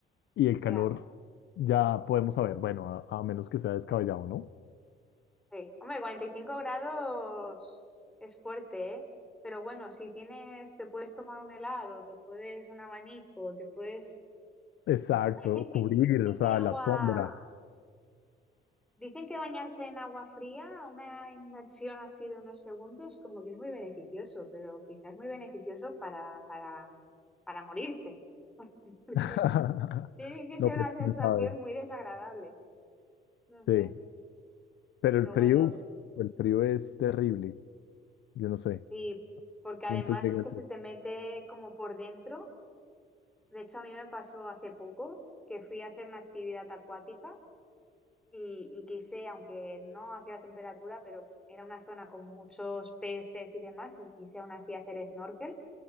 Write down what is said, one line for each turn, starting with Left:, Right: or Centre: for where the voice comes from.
Left: Y el calor
Centre: Ya,
Left: ya podemos saber, bueno, a, a menos que sea descabellado, ¿no?
Centre: sí. Hombre, 45 grados es fuerte, ¿eh? Pero bueno, si tienes, te puedes tomar un helado, te puedes un abanico, te puedes...
Left: Exacto,
Centre: Dicen que,
Left: cubrir,
Centre: dicen
Left: o sea,
Centre: que el agua
Left: la sombra.
Centre: Dicen que bañarse en agua fría, una inmersión así de unos segundos, como que es muy beneficioso, pero quizás muy beneficioso para, para, para morirte. <laughs>
Left: <laughs>
Centre: Tiene que
Left: No,
Centre: ser
Left: pues
Centre: una sensación
Left: quién sabe.
Centre: muy desagradable, no sé,
Left: Sí, pero
Centre: pero
Left: el frío,
Centre: bueno,
Left: uf, el frío es terrible. Yo no sé,
Centre: sí, porque además
Left: punto llega
Centre: es que
Left: el frío.
Centre: se te mete como por dentro. De hecho, a mí me pasó hace poco que fui a hacer una actividad acuática y, y quise, aunque no hacía la temperatura, pero era una zona con muchos peces y demás, y quise aún así hacer snorkel.